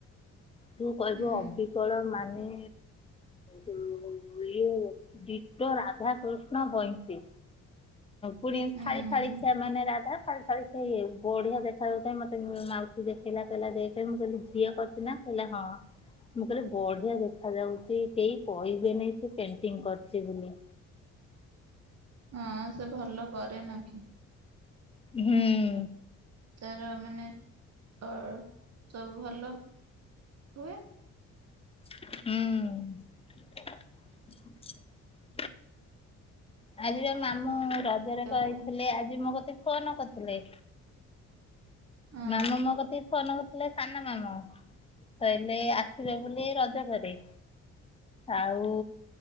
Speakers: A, on the left; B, on the right.
A: ତୁ କହିବୁ
B: ହୁଁ
A: ଅବି ଷୋଳ ମାନେ ଯୋଉ ଇଏ ଡିଟୋ ରାଧାକୃଷ୍ଣ ବଇଁଶୀ ପୁଣି
B: ହୁଁ
A: ଖାଇ ଶାଳୀ ଖିଆ ମାନେ ରାଧା ଶାଳୀ ଖିଆ ଇଏ ବଢିଆ ଦେଖା ଯାଉଥାଏ। ମତେ ମାଉସୀ ଦେଖେଇଲା କହିଲା ଦେ ଯେ ମୁଁ କହିଲି ଝିଅ କ ସିନା କହିଲା ହଁ ମୁଁ କହିଲି ବଢିଆ ଦେଖା ଯାଉଚି କେହି କହିବେନି ସେ ପେଣ୍ଟିଂ କରିଚି ବୋଲି।
B: ହଁ ସେ ଭଲ କରେ ନା କି?
A: ହୁଁ।
B: ତାର ମାନେ ଅ ସବୁ ଭଲ। ହୁଏ
A: ହୁଁ। ଆଜି ବା ମାମୁଁ ରଜରେ
B: ତାକୁ
A: କହିଥିଲେ ଆଜି ମୋ କତିକି ଫୋନ କରିଥିଲେ।
B: ହଁ
A: ମାମୁଁ ମୋ କତିକି ଫୋନ୍ କ ଥିଲେ ସାନ ମାମୁଁ କହିଲେ ଆସିବେ ବୋଲି ରଜ ପରେ। ଆଉ